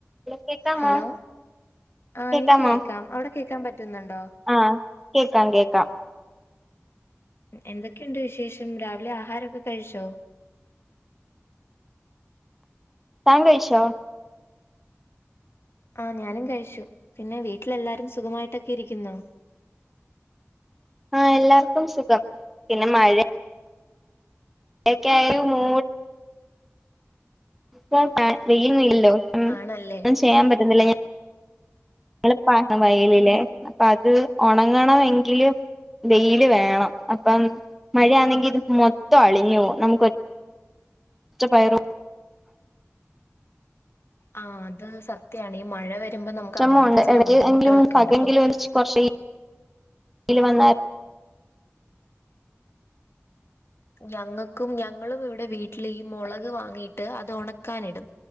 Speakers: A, in the centre; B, on the left.
A: Hello കേക്കാമോ
B: hello ആ
A: കേക്കാമോ
B: എനിക്ക് കേക്കാം അവിടെ കേൾക്കാൻ പറ്റുന്നുണ്ടോ
A: ആഹ് കേക്കാം കേക്കാം
B: എന്തൊക്കെയുണ്ട് വിശേഷം രാവിലെ ആഹാരക്കെ കഴിച്ചോ?
A: താൻ കഴിച്ചോ?
B: ആഹ് ഞാനും കഴിച്ചു പിന്നെ വീട്ടിലെല്ലാരും സുഖമായിട്ടൊക്കെ ഇരിക്കുന്നോ
A: ആഹ് എല്ലാർക്കും സുഖം പിന്നെ മഴ ഒക്കായും മൂ <unintelligible> ഇല്ലല്ലോ ഒന്നും
B: ആണല്ലേ
A: ചെയ്യാൻ പറ്റുന്നില്ല <unintelligible> അപ്പൊ അത് ഉണങ്ങണം എങ്കില് വെയില് വേണം അപ്പം മഴയാണെങ്കി ഇത് മൊത്തം അളിഞ്ഞു പോകും നമുക്ക് ഒറ്റ പച്ച പയറും
B: ആഹ് അത് സത്യാണ് ഈ മഴ വരുമ്പോ നമുക്ക്
A: വിഷമുണ്ട്
B: അങ്ങനത്തെ ചില ബുദ്ധിമുട്ടുകളൊക്കെ
A: എങ്കിലും പകങ്കിലും
B: ഉണ്ട് ഇപ്പൊ
A: <unintelligible> <unintelligible> വന്ന
B: ഞങ്ങൾക്കും ഞങ്ങളും ഇവിടെ വീട്ടിൽ ഈ മുളക് വാങ്ങിട്ട് അത് ഉണക്കാൻ ഇടും